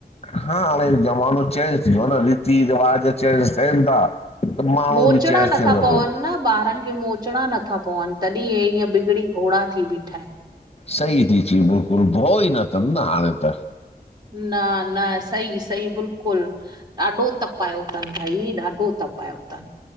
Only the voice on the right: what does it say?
मोचड़ा
नथा
पवनि
न ॿारनि खे मोचड़ा नथा पवनि तॾहिं हे ईअं बिगड़ी घोड़ा थी बीठा आहिनि
न न सई सई बिल्कुलु ॾाढो तप तपायो अथनि भई ॾाढो तपायो अथनि